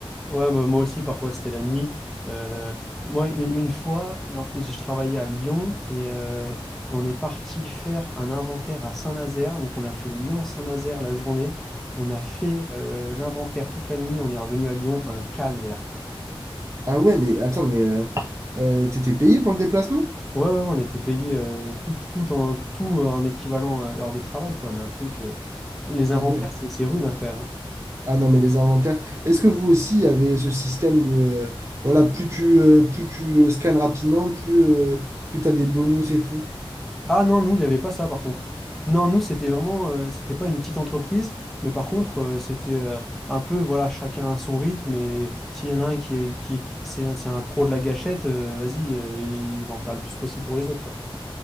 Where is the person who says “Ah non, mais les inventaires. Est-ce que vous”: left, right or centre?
Right